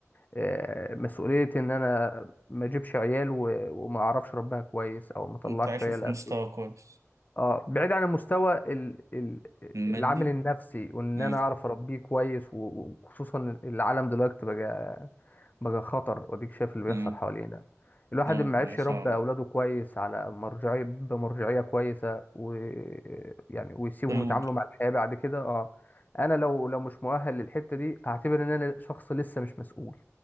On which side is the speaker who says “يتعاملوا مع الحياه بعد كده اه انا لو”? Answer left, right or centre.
Left